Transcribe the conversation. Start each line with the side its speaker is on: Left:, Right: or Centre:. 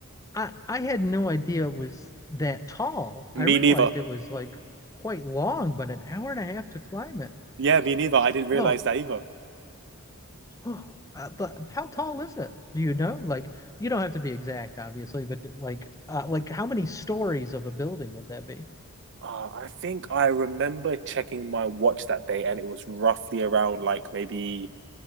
Left: I I had no idea it was that tall.
Right: Me
Left: I realized
Right: neither.
Left: it was like quite long, but an hour and a half to climb it.
Right: Yeah, me neither. I didn't realize
Left: Well,
Right: that either.
Left: <sighs> Uh, but how tall is it? Do you know? Like, you don't have to be exact, obviously, but like, uh, like how many stories of a building would that be?
Right: Uh, I think I remember checking my watch that day, and it was roughly around like maybe